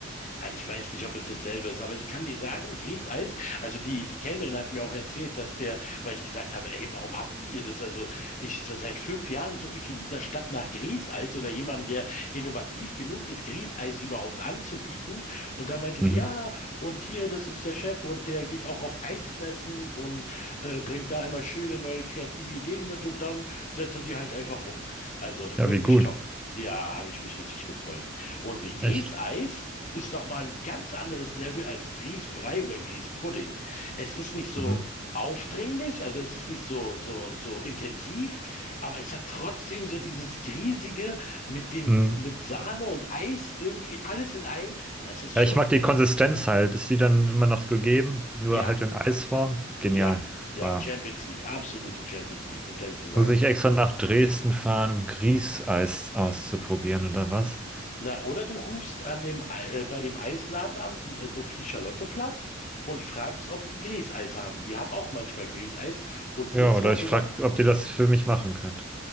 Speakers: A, on the left; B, in the centre.
A: Ah, Ich weiß nicht, ob es dasselbe ist, aber ich kann dir sagen, Grießeis, also die, die Kellnerin hat mir auch erzählt, dass der, weil ich gesagt habe, ey, warum habt ihr das? Also ich, seit fünf Jahren suche ich in dieser Stadt nach Grießeis oder jemanden, der innovativ genug ist, Grießeis überhaupt anzubieten. Und da meinte
B: Mhm.
A: die, ja, und hier, das ist der Chef und der geht auch auf Eismessen und äh, bringt da immer schöne neue kreative Ideen mit und dann setzt er die halt einfach um. Also
B: Ja,
A: wirklich
B: wie gut.
A: top. Ja, habe ich mich richtig gefreut. Und Grießeis,
B: Echt.
A: ist nochmal ein ganz anderes Level als Grießbrei oder Grießpudding. Es ist nicht so
B: Mhm.
A: aufdringlich, also es ist nicht so, so, so intensiv, aber es hat trotzdem so dieses Griesige mit dem,
B: Mhm.
A: mit Sahne und Eis irgendwie alles in einem. Das ist
B: Ja,
A: schon,
B: ich mag die Konsistenz halt. Ist die dann immer noch gegeben? Nur
A: ja,
B: halt in Eisform? Genial.
A: ja, ja,
B: Wow.
A: Champions League, absolute Champions League, das kann ich dir
B: Jetzt
A: sagen.
B: muss ich extra nach Dresden fahren, um Grießeis auszuprobieren oder was?
A: Na, oder du rufst an dem, Ei- äh, bei dem Eisladen an, in äh, Sophie-Charlotte-Platz und fragst, ob die Grießeis haben. Die haben auch manchmal Grießeis. Und
B: Ja,
A: das
B: oder
A: war
B: ich
A: sogar
B: frage, ob die das für mich machen können.